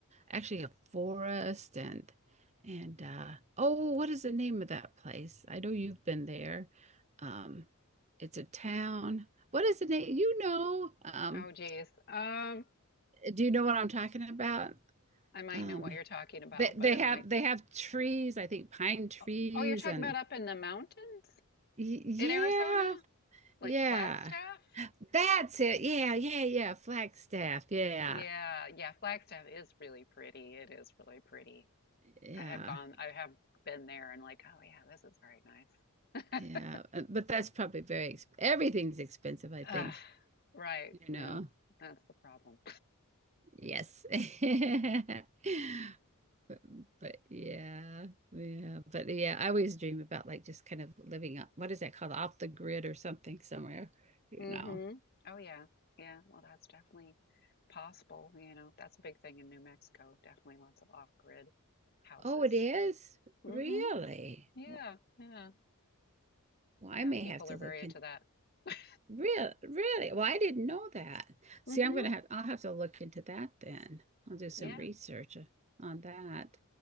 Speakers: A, on the right; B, on the left.
A: actually a forest and and uh oh, what is the name of that place? I know you've been there. Um, it's a town. What is the name? You know, um,
B: Oh geez. Um,
A: do you know what I'm talking about?
B: I might
A: Um,
B: know what you're talking about,
A: they they
B: but I'm
A: have
B: like,
A: they have trees, I think pine trees
B: oh, oh, you're talking
A: and
B: about up in the mountains
A: Y- yeah,
B: in Arizona? Like
A: yeah.
B: Flagstaff?
A: That's it. Yeah, yeah, yeah. Flagstaff. Yeah,
B: Yeah, yeah, Flagstaff is really pretty. It is really pretty.
A: yeah,
B: I have gone, I have been there and like, oh yeah, this is very nice.
A: yeah.
B: <laughs>
A: Uh, But that's probably very exp everything's expensive, I
B: Ah,
A: think.
B: right.
A: You
B: Well,
A: know.
B: that's the problem.
A: Yes. <laughs> But, but yeah, yeah. But yeah, I always dream about like just kind of living up. What is that called? Off the grid or something somewhere. You
B: mm
A: know.
B: Mhm. Oh, yeah. Yeah. Well, that's definitely possible. You know, that's a big thing in New Mexico. Definitely lots of off-grid houses.
A: Oh, it is?
B: mm
A: Really?
B: Mhm. Yeah.
A: Wow.
B: Yeah.
A: Well,
B: Yeah.
A: I may
B: People
A: have to
B: are very
A: look
B: into
A: in.
B: that. <laughs>
A: Really, really? Well, I didn't know that. See,
B: mm Mhm.
A: I'm gonna have I'll have to look into that then. I'll do some
B: Yeah.
A: research uh, on that,